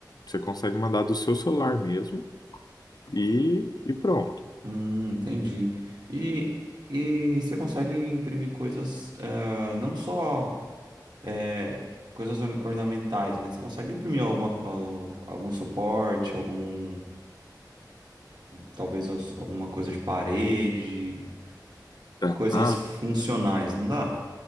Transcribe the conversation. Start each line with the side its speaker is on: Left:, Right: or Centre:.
Left: Você consegue mandar do seu celular mesmo e, e pronto.
Right: Hum, entendi. E, e você consegue imprimir coisas, eh, não só. é, coisas or- ornamentais, né? Você consegue imprimir alguma, al- algum suporte, algum, talvez as- alguma coisa de parede,
Left: Dá,
Right: coisas funcionais, não dá?